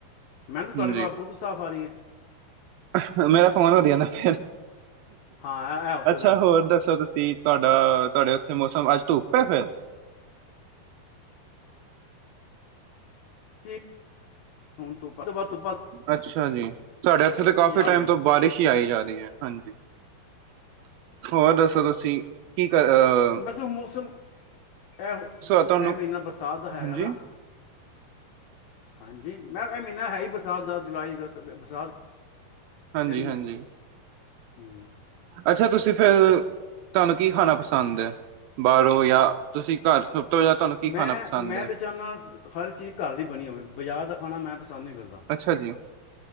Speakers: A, on the left; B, on the right.
A: ਮੈਨੂੰ ਤੁਹਾਡੀ
B: ਹਾਂਜੀ
A: ਬ ਬਿਲਕੁਲ ਸਾਫ਼ ਆ ਰਹੀ ਹੈ
B: <inaudible> ਮੇਰਾ ਫੋਨ ਵਧੀਆ ਨਾ ਫਿਰ
A: ਹਾਂ ਇਹ ਹੋ ਸਕਦਾ
B: ਅੱਛਾ ਹੋਰ ਦੱਸੋ। ਤੁਹਾਡਾ ਤੁਹਾਡੇ ਉਥੇ ਮੌਸਮ ਅੱਜ ਧੁੱਪ ਹੈ ਫਿਰ
A: ਜੀ, ਹੁਣ ਧੁੱਪ ਤੋਂ ਬਾਦ ਧੁੱਪ
B: ਅੱਛਾ ਜੀ ਸਾਡੇ ਇੱਥੇ ਤਾਂ ਕਾਫੀ
A: ਯਾਦ
B: ਟਾਈਮ
A: ਲੱਗਦੀ
B: ਤੋਂ ਬਾਰਿਸ਼ ਹੀ ਆਈ ਜਾ ਰਹੀ ਹੈ ਹਾਂਜੀ। ਹੋਰ ਦੱਸੋ ਤੁਸੀਂ ਕੀ ਕਰ ਅ
A: ਅਜ ਮੌਸਮ ਇਹ-ਇਹ
B: ਤੁਹਾਨੂੰ
A: ਮਹੀਨਾ ਬਰਸਾਤ ਦਾ ਹੈਗਾ
B: ਹਾਂਜੀ
A: ਨਾ। ਹਾਂਜੀ ਮੈਂ ਇਹ ਮਹੀਨਾ ਹੈ ਹੀ ਬਰਸਾਤ ਦਾ ਜੁਲਾਈ ਅਗਸਤ ਬਰਸਾਤ
B: ਹਾਂਜੀ-ਹਾਂਜੀ,
A: ਰਹਿਣੀ ਹੈ ਹੂੰ।
B: ਅੱਛਾ ਤੁਸੀਂ ਫਿਰ ਤੁਹਾਨੂੰ ਕੀ ਖਾਣਾ ਪਸੰਦ ਹੈ। ਬਾਹਰੋਂ ਜਾਂ ਤੁਸੀਂ ਘਰ ਸਭ ਤੋਂ ਜਾਦਾ ਤੁਹਾਨੂੰ ਕੀ
A: ਮੈਂ
B: ਖਾਣਾ ਪਸੰਦ ਹੈ।
A: <unintelligible> ਹਰ ਚੀਜ਼ ਘਰ ਦੀ ਬਣੀ ਹੋਵੇ ਬਜ਼ਾਰ ਦਾ ਖਾਣਾ ਮੈਂ ਪਸੰਦ ਨਹੀਂ ਕਰਦਾ।
B: ਅੱਛਾ ਜੀ।